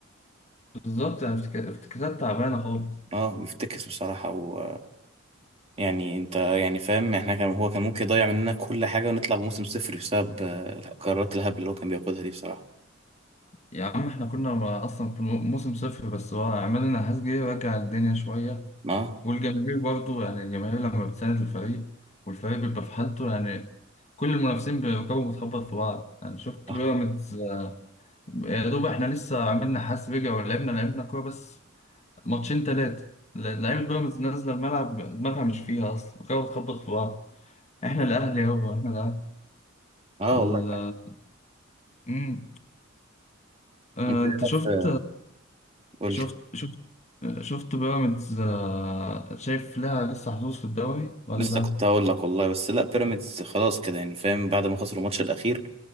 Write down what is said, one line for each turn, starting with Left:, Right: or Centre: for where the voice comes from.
Left: بالظبط يعني افتك- افتكاسات تعبانه خالص
Right: اه بيفتكر بصراحة و يعني انت يعني فاهم احنا كان هو كان ممكن يضيع مننا كل حاجة ونطلع بموسم صفر بسبب آه، القرارات الهبلة اللي هو كان بياخدها دي بصراحة
Left: يا عم احنا كنا ما- اصلا في الم- موسم صفر بس هو عماد النحاس جه يرجع الدنيا شويه
Right: اه
Left: والجماهير برضه يعني الجماهير لما بتساند الفريق والفريق بيبقى في حالته يعني كل المنافسين بيركبوا بتخبط في بعض يعني شفت
Right: اه
Left: بيراميدز يا دوب احنا لسه عملنا حاس رجع ولعبنا لعبنا كوره بس ماتشين تلاتة ل- لعيبة بيراميدز نازلة الملعب دماغها مش فيها أصلا كانت بتخبط في بعض إحنا الأهلي يابا إحنا الأهلي
Right: آه
Left: ال-
Right: والله
Left: مم. آه،
Right: انت إيه
Left: أنت
Right: رأيك
Left: شفت
Right: في- قول
Left: شفت
Right: لي
Left: شفت شفت بيراميدز آه، شايف لها لسه حظوظ في الدوري ولا
Right: لسه كنت هقول لك والله بس لا بيراميدز خلاص كده يعني فاهم بعد ما خسروا الماتش الاخير